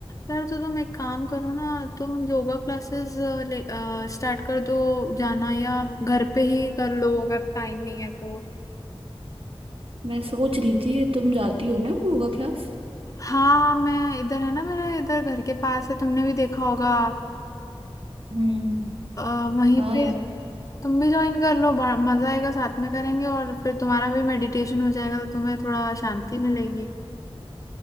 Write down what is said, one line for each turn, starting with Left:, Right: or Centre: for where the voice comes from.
Left: यार तो तुम एक काम करो ना तुम योगा क्लासेस स्टार्ट कर दो जाना या घर पे ही कर लो अगर टाइम नहीं है तो
Right: मैं सोच रही थी तुम जाती हो ना योगा क्लास
Left: हाँ मैं इधर है ना मेरे इधर घर के पास है तुमने भी देखा होगा
Right: हम्म
Left: अ, वहीं
Right: हाँ
Left: पे
Right: यार
Left: तुम भी ज्वाइन कर लो बड़ा मजा आएगा साथ में करेंगे और फिर तुम्हारा भी मेडिटेशन हो जाएगा तो तुम्हें थोड़ा शांति मिलेगी